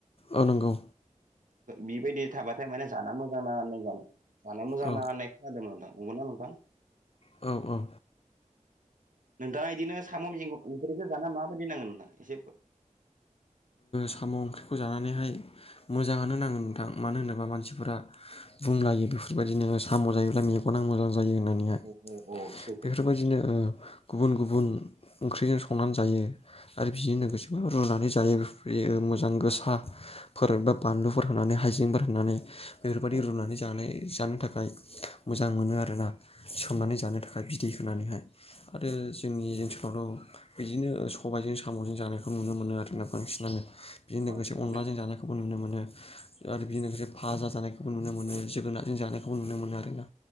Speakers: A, on the left; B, on the right.
A: औ नोंगौ।
B: बिबायदि थाबाथाय माने जाना मोजां नाङा होननाय जानो जानाया मोजां
A: औ
B: नाङानाय खोनादों नोंथां नंगौना नोंथां?
A: औ औ
B: नोंथाङा बिदिनो साम' ओंख्रिखौ जाना माबायदि नांगो नोंथां एसे
A: साम' ओंख्रिखौ जानानैहाय मोजां होनो नाङो नोंथां मानो होनोबा मानसिफोरा बुंलायो बेफोरबायदिनो साम' जायोब्ला मेगना मोजां जायो होननानै
B: औ औ औ सैथो
A: बेफोरबायदिनो गुबुन गुबुन ओंख्रिजों संनानै जायो आरो बिजों लोगोसेबो रुनानै जयो मोजां गोसाफोर बा बानलुफोर होनानै हाइजेंफोर होनानै बेफोरबायदि
B: औ
A: रुनानै जानाय जानो थाखाय मोजां मोनो आरोना सोमनानै
B: औ
A: जानो थाखाय दै होनानैहाय आरो जोंनि ओनसोलावथ' बिदिनो सबायजों साम'जों जानायखौ नुनो मोनो आरो बांसिनानो बेजों
B: बांसिनानो
A: लोगोसे अनलाजों जानायखौबो नुनो मोनो। आरो बिजों लोगोसे फाजा जानायखौबो नुनो मोनो जोगोनारजों जानायखौबो नुनो मोनो आरोना?